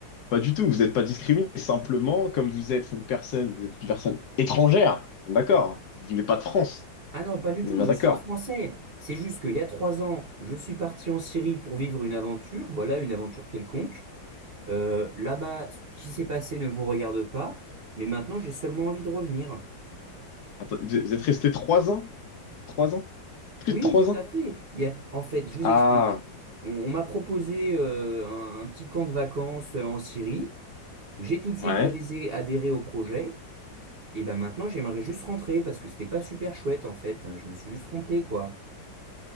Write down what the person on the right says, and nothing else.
Ah non, pas du
tout,
je
suis français. C'est juste qu'il y a trois ans, je suis parti en Syrie pour vivre une aventure, voilà, une aventure quelconque. Euh, là-bas, ce qui s'est passé ne vous regarde pas, mais maintenant j'ai seulement envie de revenir.
Oui,
oui, tout
à fait. Il y a- En fait, je vous
explique. On, on m'a proposé euh, un, un petit camp de vacances euh, en Syrie. J'ai tout de suite
adhésé- adhéré au projet. Et ben maintenant, j'aimerais juste rentrer parce que c'était pas super chouette en fait. Je me suis juste trompé, quoi.